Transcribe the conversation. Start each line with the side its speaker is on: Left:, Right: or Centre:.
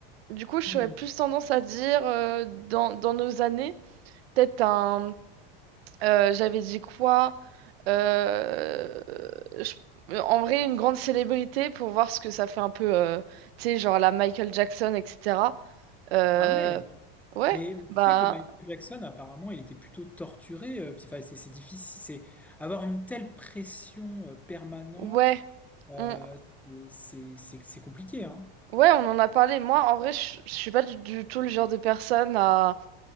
Right: Du coup, je
Centre: Hmm.
Right: serais plus tendance à dire euh, dans, dans nos années, peut-être un. euh, j'avais dit quoi? Euh, je- en vrai, une grande célébrité pour voir ce que ça fait un peu, euh, tu sais, genre la Michael Jackson, etc. Euh,
Centre: Ah ouais,
Right: ouais,
Centre: mais
Right: bah,
Centre: tu sais que Michael Jackson, apparemment, il était plutôt torturé. euh, puis, enfin, c'est c'est difficile, c'est avoir une telle pression euh, permanente,
Right: ouais,
Centre: euh,
Right: on,
Centre: c'est c'est- c'est- c'est compliqué, hein.
Right: ouais, on en a parlé. Moi, en vrai, je, je suis pas du, du tout le genre de personne à.